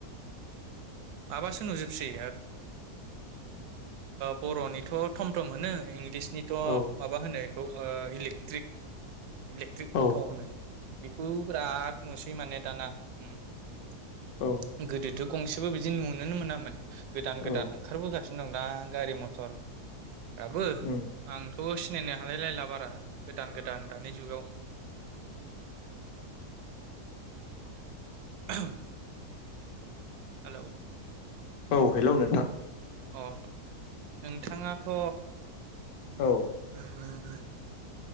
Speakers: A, on the right; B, on the left.
A: माबासो नुजोबसै बर'निथ' थम थम होनो इंलिस निथ'
B: औ
A: माबा होनो ओ इलेक्ट्रिक इलेक्ट्रिक
B: औ
A: अट' होनो। बेखौ बिराद नुसै माने दाना। उम
B: औ
A: गोदोथ' गंसेबो बिदि नुुनोनो मोनामोन गोदान गोदान
B: औ
A: ओंखारबोगासिनो दं दा गारि मथर बो
B: उम
A: <unintelligible> खौ सिनायनो हालायलायला बारा गोदान गोदान दानि जुगाव <unintelligible> हेलौ
B: औ हेलौ नोंथां
A: अ नोंथाङाथ'
B: औ
A: उम उम उम